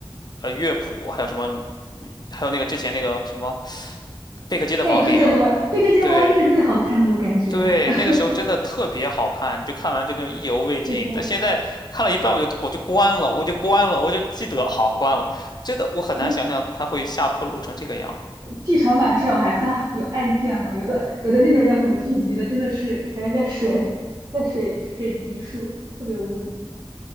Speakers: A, on the left; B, on the right.
A: 呃乐谱，还有什么，还有那个之前那个什么贝克街的亡灵，
B: 《贝克街的王》，《贝克街王一》是最好看的，
A: 对，
B: 我感觉
A: 对，
B: <laughs>
A: 那个时候真的特别好看，就看完就那种意犹未尽。
B: 是的，
A: 但现在看了一半，我就我就关了，我就关了，我就记得好关了。真的，我很难想象它会下坡路成这个样。
B: <laughs> 剧场版至少还算有案件了，有的有的那种叫什么剧集的，真的是感觉在水，在水水集数，特别无语。